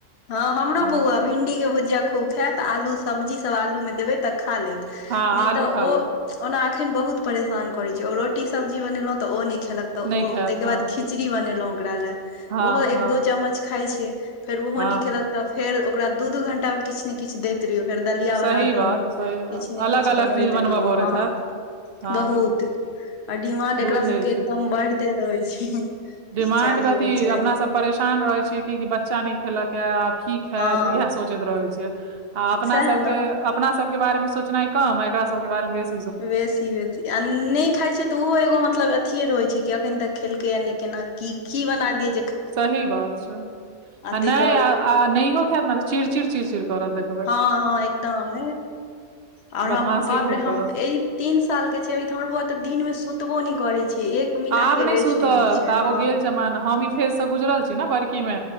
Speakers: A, on the left (about 55°); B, on the right (about 55°).
A: हँ हमरो
B: बाकी
A: बौआ भिंडी के भुजिया खूब खायत आलू सब्जी सब आलू मे देबे तऽ खा लेत
B: हँ
A: नहि
B: आलू
A: तऽ
B: खा
A: ओ
B: ले
A: ओना अखन बहुत परेशान करैत छै ओ रोटी सब्जी बनेलहुँ तऽ ओ नहि खेलक तऽ
B: नहि
A: ओ
B: खायत
A: ताहिके
B: हँ
A: बाद खीच खचड़ी बनेलो ओकरा ले
B: हँ
A: ओहो
B: हँ
A: एक दो चम्मच खाय छै फेर ओहो
B: हँ
A: निकेल तऽ फेर ओकरा दू दू घंटा मे किछ किछु ने किछु दैत रहियौ फेर दलिया
B: सही
A: बना देलहुँ
B: बात सही बात
A: किछु ने
B: अलग
A: किछु बनबैत
B: अलग चीज
A: रहलहुँ
B: बनबऽ पड़ैत
A: हँ
B: हैत हँ
A: बहुत आ डिमांड एकरा
B: बुझै
A: सभके एकदम बढ़ते रहै छै
B: डिमाण्ड
A: ई चाही
B: कथी
A: ओ चाही
B: अपनासभ परेशान रहैत छियै कि बच्चा नहि खेलक ह आब की खायत
A: हँ
B: इएह सोचैत रहै छियै आ अपना
A: सएह
B: सबके
A: ने
B: अपना सबके बारे मे सोचनाइ कम एकरा सबके बारे मे बेस
A: बेसी बेसी अनेक खाइ छै तऽ ओहो एगो मतलब अथे रहै छै कि अखन तक खेलकै या नहि केना की बना दिय
B: सही बात छै आ
A: ताहिके
B: नहि
A: बाद
B: नहियो खायत ने त चिड़ चिड़ चिड़चिड़ करत देख
A: हँ हँ एकदम आओर हम
B: बदमाशी
A: बाप
B: खूब
A: रे हम
B: करत
A: ई तीन साल के छै अभ हमर बौआ तऽ दिन में सुतबो नहि करे छै एक मिनट
B: आब
A: के
B: नहि
A: रेस्ट
B: सुतऽ
A: छै
B: तऽ आब
A: हँ
B: ओ गेल जमान हम ई फेजसँ गुजरल छी ने बड़की मे